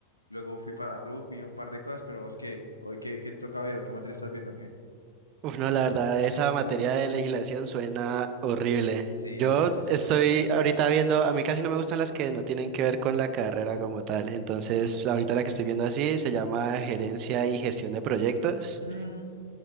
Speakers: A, on the left; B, on the right.
A: luego fui para rugby, un par de cosas, pero es que hoy qué, qué te toca ver o qué materia estás viendo, o ¿qué?
B: Uf, no, la verdad, esa materia de legislación suena horrible.
A: Sí,
B: Yo
A: lo es.
B: estoy ahorita viendo, a mí casi no me gustan las que no tienen que ver con la carrera como tal. Entonces,
A: Mm,
B: ahorita la que estoy viendo así se llama Gerencia y Gestión de Proyectos.
A: mm,